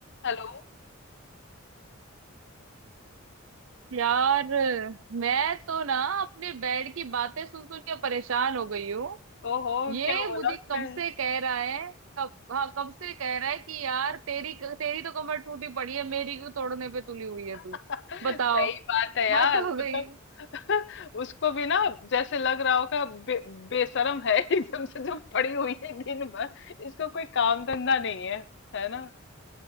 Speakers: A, on the left; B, on the right.
A: Hello
B: यार मैं तो ना अपने बेड की बातें सुन सुन के परेशान हो गई हूँ
A: ओहो
B: ये
A: क्या बोला
B: मुझे
A: उसने
B: कब से कह रहा है कब हाँ कब से कह रहा है कि यार तेरी तेरी तो कमर टूटी पड़ी है मेरी क्यों तोड़ने पे तुली हुई है तू
A: <laughs>
B: बताओ
A: सही बात है यार
B: हद
A: मतलब
B: हो गई
A: <laughs> उसको भी ना जैसे लग रहा होगा बे, बेशरम है <laughs> एकदम से जो पड़ी हुई है दिन भर इसको कोई काम धंधा नहीं है है ना